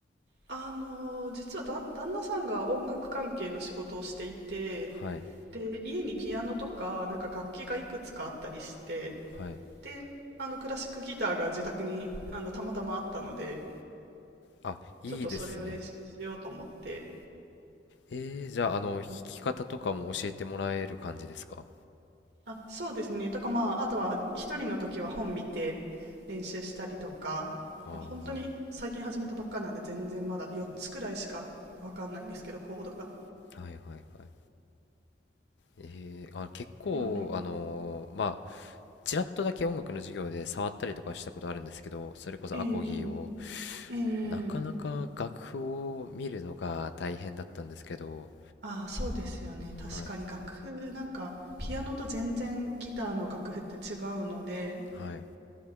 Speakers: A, on the right; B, on the left.
A: あの、実はだ、旦那さんが音楽関係の仕事をしていて、
B: はい。
A: で、家にピアノとか、なんか楽器がいくつかあったりして、
B: はい。
A: であのクラシックギターが自宅にあのたまたまあったので
B: あ、いいですね。
A: ちょっとそれを練習しようと思って
B: えー、じゃあ、あの、弾き方とかも教えてもらえる感じですか
A: であそうですねとかまああとは一人の時は本見て練習したりとかもう本当に最近始めたばっかなんで全然まだ4つくらいしかわかんないんですけどコードが。
B: ああー、はいはいはい。えー、あ、結構、
A: うん
B: あのーまちらっとだけ音楽の授業で触ったりとかしたことあるんですけど、それこそアコギを、
A: ええええ
B: なかなか楽譜を見るのが大変だったんですけど、
A: ああそうですよね確かに楽譜なんかピアノと全然ギターの楽譜って違うので
B: はい、はい、